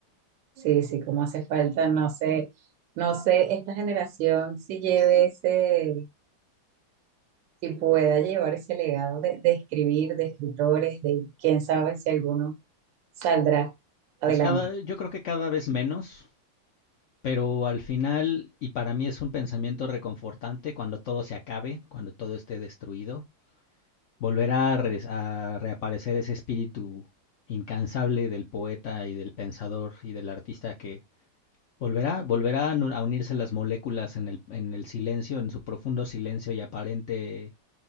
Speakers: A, on the right; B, on the left.
A: sí, sí, como hace falta, no sé, no sé, esta generación si lleve ese, si pueda llevar ese legado de, de escribir, de escritores, de quién sabe si alguno saldrá adelante.
B: Pues cada, yo creo que cada vez menos, pero al final, y para mí es un pensamiento reconfortante, cuando todo se acabe, cuando todo esté destruido, volverá a, re- a reaparecer ese espíritu incansable del poeta y del pensador y del artista que volverá, volverá a nu- a unirse las moléculas en el, en el silencio, en su profundo silencio y aparente,